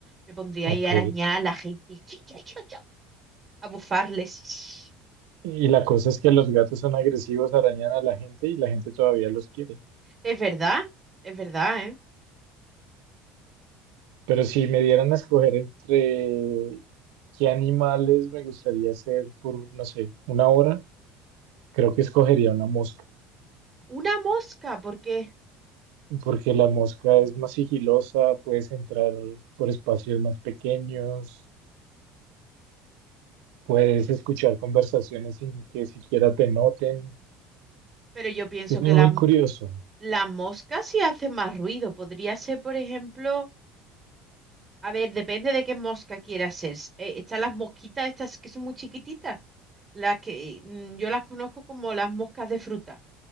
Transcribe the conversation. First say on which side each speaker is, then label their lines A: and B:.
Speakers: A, on the right; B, on the right.
A: Me pondría
B: Ok.
A: ahí a arañar a la gente. <laughs> A bufarles.
B: Y la cosa es que los gatos son agresivos, arañan a la gente y la gente todavía los quiere.
A: Es verdad, es verdad, ¿eh?
B: Pero si me dieran a escoger entre qué animales me gustaría ser por, no sé, una hora, creo que escogería una mosca,
A: Una mosca, porque...
B: porque la mosca es más sigilosa, puedes entrar por espacios más pequeños, puedes escuchar conversaciones sin que siquiera te noten.
A: Pero yo pienso
B: Es muy,
A: que
B: muy
A: la, m-
B: curioso.
A: la mosca sí hace más ruido. Podría ser, por ejemplo... A ver, depende de qué mosca quieras ser. eh, están las mosquitas estas que son muy chiquititas. Las que mm, yo las conozco como las moscas de fruta.